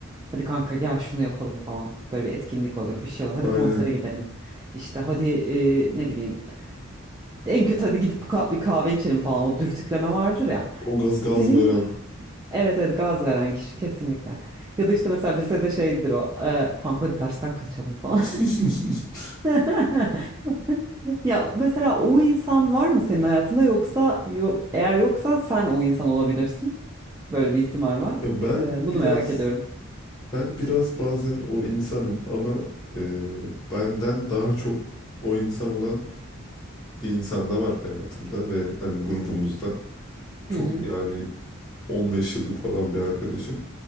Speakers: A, on the right; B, on the left.
A: Hadi kanka gel şunu yapalım falan. Böyle bir etkinlik olur, bir şey olur. Hadi
B: Aynen.
A: konsere gidelim. İşte hadi eee, ne bileyim. En kötü hadi gidip ka- bir kahve içelim falan. O dürtükleme vardır ya.
B: O gaz gaz
A: Senin
B: veren.
A: evet evet gaz veren kişi kesinlikle. Ya da işte mesela lisede şeydir o. eee, kanka hadi dersten kaçalım falan.
B: <laughs>
A: <laughs> Ya mesela o insan var mı senin hayatında yoksa yo- eğer yoksa sen o insan olabilirsin. Böyle bir ihtimal var.
B: Ya ben
A: Ee, bunu
B: biraz
A: merak ediyorum.
B: ben biraz bazen o insanım ama e, benden daha çok o insan olan bir insan da var hayatımda ve hani grubumuzda. Çok
A: Hı hı.
B: yani 15 yıllık falan bir arkadaşım.